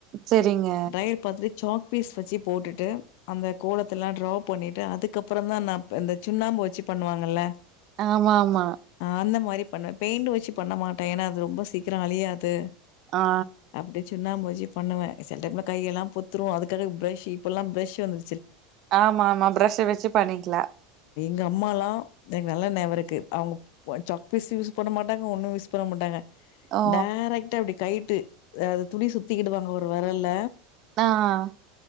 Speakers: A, on the right; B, on the left.
A: சரிங்க
B: ட்ரையல் பாத்துட் சாக் பீஸ் வச்சி போட்டுட்டு அந்த கோலத்தெல்லா ட்ரா பண்ணிட்டு அதுக்கப்பறந்தா நா ப, இந்த சுண்ணாம்பு வச்சு பண்ணுவாங்கல்ல
A: ஆமா ஆமா
B: அந்த மாரி பண்ணுவே பெயிண்டு வச்சு பண்ண மாட்டே ஏனா அது ரொம்ப சீக்கிரோ அழியாது
A: ஆ
B: அப்டி சுண்ணாம்பு வச்சு பண்ணுவே சில டைம்ல கையெல்லா பொத்துரு அதுக்காக பிரஷு இப்பல்லா பிரஷு வந்து
A: ஆமா ஆமா பிரஷ்ஷ வெச்சு பண்ணிக்லா
B: ங்கம்மாலா எனக்கு நல்லா ஞாபோ இருக்கு அவங்க <unintelligible> சாக் பிஸு யூஸு பண்ண மாட்டாங்க ஒன்னு யூஸ் பண்ண மாட்டாங்க
A: ஓ
B: டேரக்ட்டா இப்டி கை ட்டு அது துணி சுத்திக்கிடுவாங்க ஒரு வெரல்ல
A: ஆஹ்